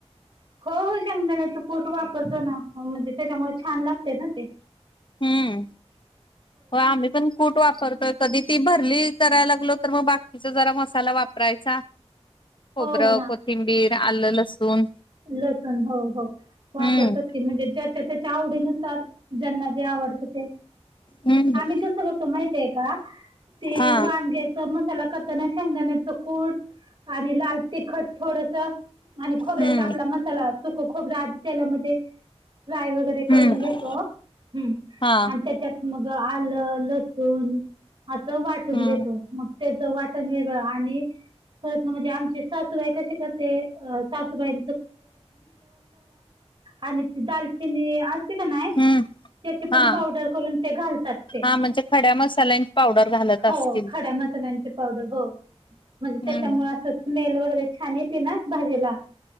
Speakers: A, on the right; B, on the left.
A: हो हो शेंगदाण्याचा कूट वापरतो ना म्हणजे त्याच्यामुळे छान लागते ना ते.
B: हम्म हो आम्ही पण कुट वा परतोय. कधी ती भरली करायला लागलो तर मग बाकीचा जरा मसाला वापरायचा. खोबरं,
A: हो ना
B: कोथिंबीर, आलं, लसूण
A: लसूण हो हो वापरतात.
B: हम्म
A: की म्हणजे ज्याच्या त्याच्या आवडीनुसार ज्यांना ते आवडत ते.
B: हम्म
A: आम्ही कस करतो माहितय का ते
B: हा
A: वांग्याचा मसाला करताना शेंगदाण्या च कूट आणि लाल तिखट थोडस आणि खोबऱ्यात
B: हम्म
A: आपला मसाला सुक खोबर आधी तेला मध्ये, फ्राय वगैरे
B: हम्म
A: करून घेतो हम
B: हा
A: आणि त्याच्यात मग आलं, लसूण असं वाटून
B: हम्म
A: घेतो मग त्याचं वाटण वेगळं आणि परत ना म्हणजे आमचे सासूबाई कशी करते सासूबाई आणि ती दालचिनी अस ते का नाय
B: हम्म
A: त्याचे पण
B: हा
A: पावडर करून, तेन घालतात ते
B: हा म्हणजे खड्या मसाल्यांची पावडर घालत असतील
A: हो खड्या मसाल्यांची पावडर हो. म्हणजे त्याच्यामुळे,
B: हम्म
A: असं स्मेल वगैरे छान येते ना भाजीला